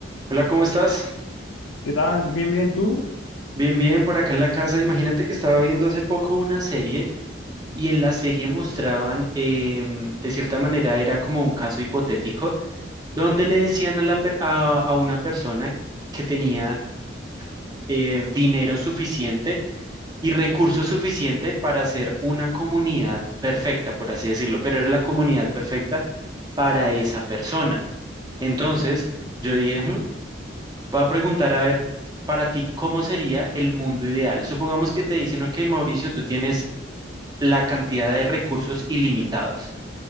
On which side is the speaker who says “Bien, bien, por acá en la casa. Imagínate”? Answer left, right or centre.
Right